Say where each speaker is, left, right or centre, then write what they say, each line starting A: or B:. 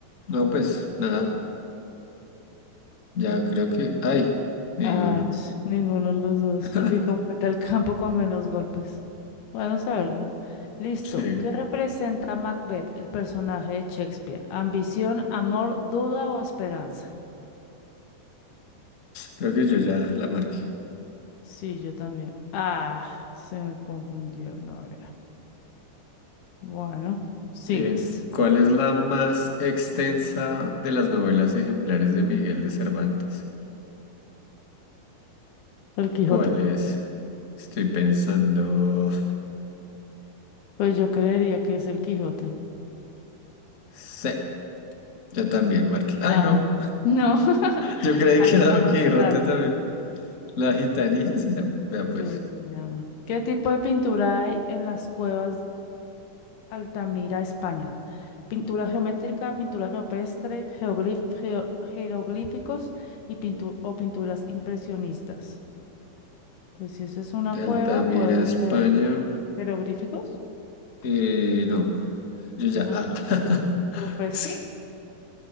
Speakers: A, on the left; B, on the left.
A: No, pues nada, ya creo que... ¡Ay! Ninguno.
B: Ah, ch, ninguno de los dos.
A: <laughs>
B: El que completa el campo con menos golpes. Bueno, saberlo. Listo.
A: Sí,
B: ¿Qué representa Macbeth, el personaje de Shakespeare? ¿Ambición, amor, duda o esperanza?
A: creo que yo ya la marqué.
B: Sí, yo también. Ah, se me confundió. No era. Bueno, sigues.
A: Eh, ¿cuál es la más extensa de las novelas ejemplares de Miguel de Cervantes?
B: ¿El Quijote?
A: ¿Cuál es? Estoy pensando...
B: Pues yo creería que es el Quijote.
A: Sí, yo también marqué. ¡Ay,
B: Ah,
A: no!
B: no, <laughs>
A: Yo creí
B: hay
A: que era
B: una
A: Don
B: más
A: Quijote
B: larga.
A: también. La gitanilla se llama. Vea pues.
B: Sí, se llama. ¿Qué tipo de pintura hay en las cuevas de Altamira, España? Pintura geométrica, pintura rupestre, geoglif- geo- jeroglíficos y pintu- o pinturas impresionistas. Pues si esa es una
A: De
B: cueva,
A: Altamira,
B: puede
A: España.
B: ser jeroglíficos,
A: Eh, no, yo ya.
B: ¿no?
A: Ah. <laughs>
B: Rupestre.
A: Es que-